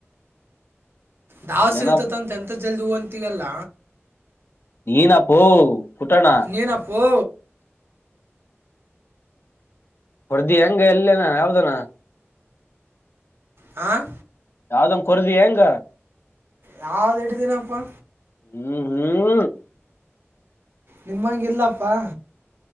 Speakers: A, on the right; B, on the left.
A: ದಾವ್
B: ಏನೇನಪ್ಪ
A: ಸಿಗುತ್ತತ್ತ ಅಂತ ಎಂತ ಜಲ್ದಿ ಹೋನಿ ತಿಗಲ್ಲ
B: ನೀನಾಪೋ ಕುಟಣ
A: ನೀನಪ್ಪೋ
B: ಹೊರದಿ ಹೆಂಗ ಎಲ್ಲೇನಾ ಯಾವ್ದನಾ
A: ಆ
B: ಯಾವದ್ ಕೊರದಿ ಹ್ಯಾಂಗ
A: ಯಾವ್ದ್ ಹಿಡಿದೀನಪ್ಪಾ
B: ಹ್ಮ್ ಹ್ಮ್
A: ನಿಮ್ಮಂಗ ಇಲ್ಲಪ್ಪಾ